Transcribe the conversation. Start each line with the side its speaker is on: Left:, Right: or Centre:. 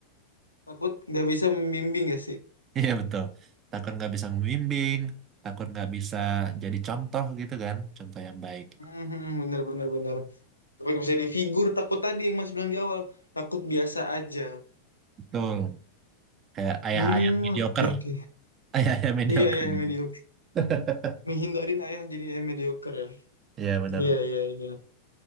Left: takut nggak bisa membimbing ya sih
Right: <laughs> Iya betul, takut nggak bisa membimbing, takut nggak bisa jadi contoh gitu kan, contoh yang baik.
Left: Mhm, bener bener bener tapi bisa di figur takut tadi yang mas bilang di awal takut biasa aja
Right: Betul. kayak
Left: <laughs>
Right: ayah-ayah
Left: hmm
Right: mediocre
Left: oke oke
Right: <laughs> ayah-ayah mediocre
Left: iya iya
Right: gitu
Left: mediocre
Right: <laughs>
Left: menghindarin ayah jadi eh, mediocre ya
Right: Iya benar-benar.
Left: iya iya iya